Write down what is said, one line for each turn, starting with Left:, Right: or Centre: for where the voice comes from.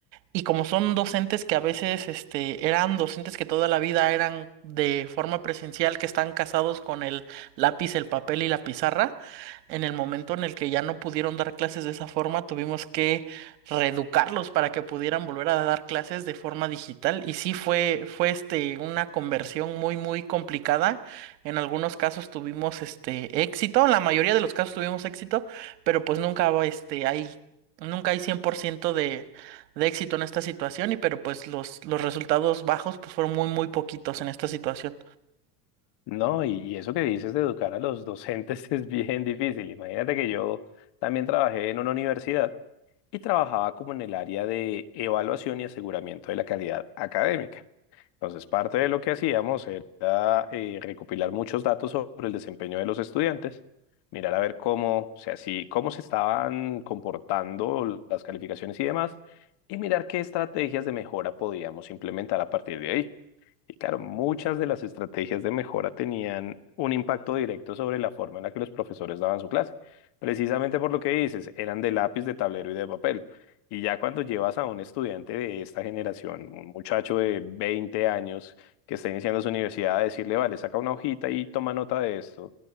Right: y como son docentes que a veces este, eran docentes que toda la vida eran de forma presencial, que están casados con el lápiz, el papel y la pizarra, en el momento en el que ya no pudieron dar clases de esa forma, tuvimos que reeducarlos para que pudieran volver a dar clases de forma digital. Y sí fue, fue este, una conversión muy, muy complicada. En algunos casos tuvimos este, éxito, en la mayoría de los casos tuvimos éxito, pero pues nunca, este, hay, nunca hay 100% de de éxito en esta situación y pero pues los, los resultados bajos pues fueron muy muy poquitos en esta situación.
Left: No, y, y eso que dices de educar a los docentes <laughs> es bien difícil. Imagínate que yo también trabajé en una universidad y trabajaba como en el área de evaluación y aseguramiento de la calidad académica. Entonces, parte de lo que hacíamos era eh, recopilar muchos datos sobre el desempeño de los estudiantes, mirar a ver cómo, o sea, si- cómo se estaban comportando las calificaciones y demás, y mirar qué estrategias de mejora podíamos implementar a partir de ahí. Y claro, muchas de las estrategias de mejora tenían un impacto directo sobre la forma en la que los profesores daban su clase, precisamente por lo que dices, eran de lápiz, de tablero y de papel. Y ya cuando llevas a un estudiante de esta generación, un muchacho de 20 años que está iniciando su universidad, a decirle, vale, saca una hojita y toma nota de esto,